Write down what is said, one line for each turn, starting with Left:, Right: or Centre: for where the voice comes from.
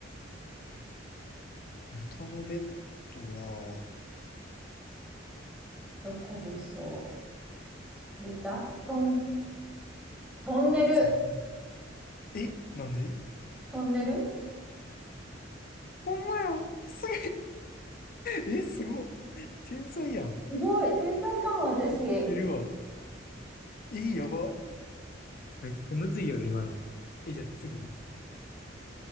Left: 豚のベッドは、
Centre: どこでしょう豚トン、トンネル。
Left: 全、え、なんで
Centre: トンネル
Left: ほんまや。すごい。<laughs> え、すごっ。天才やん。
Centre: すごい、天才かも、私。
Left: やってるわ。
Centre: は
Left: え、やば。めっちゃむずいやろ、今の。え、じゃあ次。